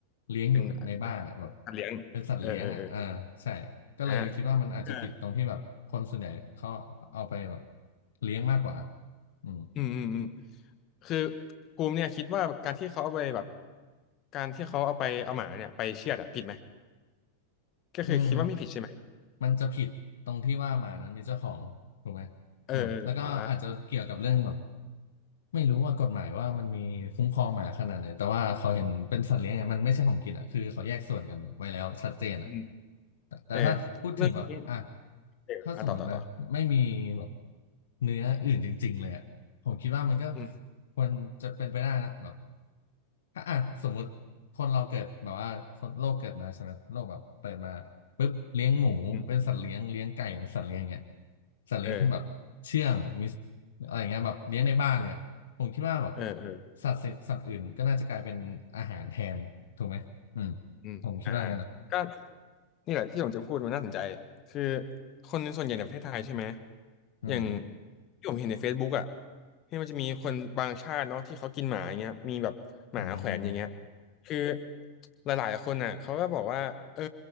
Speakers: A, on the left; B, on the left.
A: เลี้ยงอยู่ในบ้านอ่ะแบบ
B: เป็นเป็นสัตว์เลี้ยงเออเออเออ
A: เป็นสัตว์เลี้ยงอ่ะอ่าใช่ก็เลยคิดว่ามันอาจจะผิดตรงที่แบบคนส่วนใหญ่เขาเอาไปแบบ
B: อ่าเออ
A: เลี้ยงมากกว่าอืม
B: อืมอืมอืมคือภูมิเนี่ยคิดว่าการที่เขาเอาไปแบบการที่เขาเอาไปเอาหมาเนี่ยไปเชือดอะผิดไหม ก็คือคิดว่าไม่ผิดใช่ไหม
A: อืม มันจะผิดตรงที่ว่าหมานั้นมีเจ้าของถูกไหม
B: เออเอออ่า
A: อืมแล้วก็อาจจะเกี่ยวกับเรื่องแบบ ไม่รู้ว่ากฎหมายว่ามันมีคุ้มครองหมาขนาดไหนแต่ว่าเขาเห็นเป็นสัตว์เลี้ยงเนี่ยมันไม่ใช่ของกินอ่ะคือเขาแยกส่วนกันไว้แล้วชัดเจนอ่ะ
B: อืม
A: แต่แต่ถ้าพูดถึงแบบอ่ะ
B: เออเรื่องนี้เอออ่ะต่อต่อต่อ
A: ถ้าสมมตินะไม่มีแบบเนื้ออื่นจริงๆเลยอ่ะผมคิดว่ามันก็
B: อืม
A: ควรจะเป็นไปได้นะแบบถ้าอ่ะสมมติคนเราเกิดแบบว่าคนโลกเกิดมาใช่ไหมโลกแบบเปิดมาปุ๊บเลี้ยงหมูเป็นสัตว์เลี้ยงเลี้ยงไก่เป็นสัตว์เลี้ยงเงี้ย
B: อืม
A: สัตว์เลี้ยงที่แบบเชื่องมี
B: เออ
A: อะไรเงี้ยแบบเลี้ยงในบ้านเลยอะ ผมคิดว่าแบบ
B: เออเออ
A: สัตว์สิสัตว์อื่นก็น่าจะกลายเป็นอาหารแทนถูกไหมอืม
B: อืมอ่า
A: ผมคิดว่างั้นนะ
B: ก็นี่แหละที่ผมจะพูดมันน่าสนใจคือคนส่วนใหญ่ในประเทศไทยใช่ไหม
A: อืม
B: อย่างที่ผมเห็นใน Facebook อ่ะที่มันจะมีคนบางชาติเนาะที่เขากินหมาอย่างเงี้ยมีแบบหมาแขวนอย่างเงี้ย
A: อืม
B: คือหลายๆคนอ่ะเขาก็บอกว่าเออ